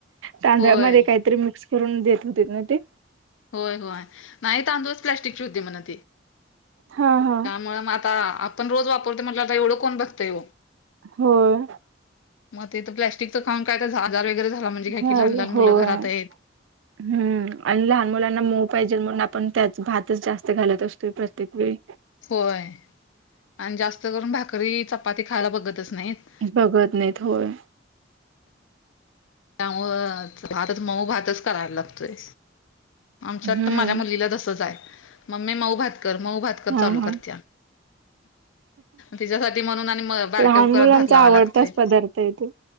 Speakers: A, on the right; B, on the left.
A: तांदळा्यामध्ये
B: होय
A: काहीतरी मिक्स करून देत होते ना ते
B: होय होय नाही तांदूळच प्लास्टिकची होद् म्हण
A: हा हा
B: मग आता आपण रोज वापरतो म्हट आता एवढं कोण बघतय
A: होय
B: मग ते तर प्लॅस्टिकचं काम काय तर आजार वगैरे झाला म्हणजे काय
A: झालं
B: की लहान लहान
A: होय.
B: मुलंं घरात आहेत
A: हम्म आणि लहान मुलांना मोऊ पाहिजे म्हणून आपण त्याच भातच जास्त घालत असतोय प्रत्येक वेळी
B: होय आणि जास्त करून भाकरी चपाती खायला बघतच नाहीत
A: बघत नाहीत होय
B: त्यामु भातच मऊ भातच कराला लागतय आमच्यात
A: हम्म.
B: तर माझ्या मुलीला तसच आहे मम् ममी मऊ भातकर मऊ भातकर
A: हा
B: चालू
A: हा
B: करत्या तिच्यासाठी म्हणून आणि म बारक्या
A: लहान
B: कुकरात
A: मुलांचा
B: भात लावा
A: आवडताच
B: लागतोय
A: पदार्थ आहे तो